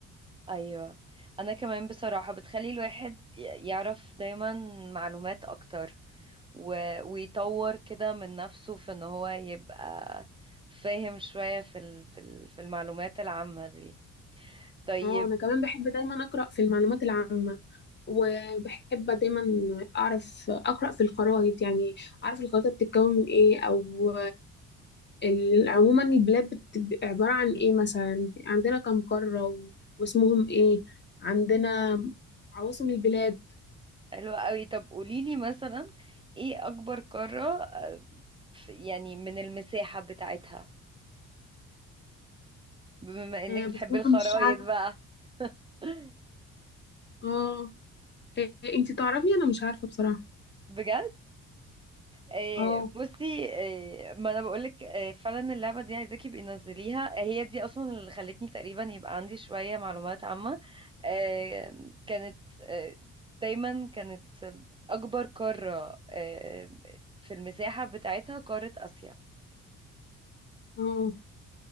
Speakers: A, on the right; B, on the left.
A: أيوة أنا كمان بصراحة بتخلي الواحد ي- يعرف دايما معلومات أكتر و- ويطور كده من نفسه في إن هو يبقى فاهم شوية في ال- في ال- في المعلومات العامة دي طيب
B: اه انا كمان بحب دايما اقرا في المعلومات العامه وبحب دايما اعرف اقرا في الخرائط يعني اعرف الخريطه بتتكون من ايه او ال- عموما البلاد بتبقى عبارة عن ايه مثلا عندنا كم قارة و- واسمهم ايه عندنا عواصم البلاد
A: حلوة قوي طب قوليلي مثلا ايه اكبر قارة آه، ف- يعني من المساحة بتاعتها بما انك
B: آه،
A: بتحبي
B: بتروح
A: الخرايط
B: من الشعب
A: بقى <laughs>
B: اه إيه انتي تعرفي انا مش عارفة بصراحة
A: بجد آه،
B: اه
A: بصي آه، ما انا بقولك آه، فعلا اللعبة دي عايزاكي يبقي نزليها هي دي اصلا اللي خلتني تقريبا يبقى عندي شوية معلومات عامة آه، كانت آه، دايما كانت اكبر قارة آه، في المساحة بتاعتها قارة اسيا
B: اه